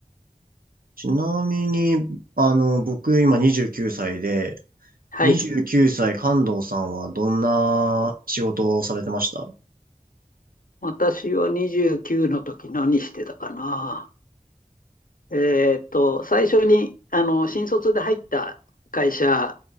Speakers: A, on the right; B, on the left.
A: ちなみに、あの、僕今29歳で、
B: はい。
A: 29歳関東さんはどんな仕事をされてました
B: 私は29の時何してたかな。えーっと、最初に、あの、新卒で入った会社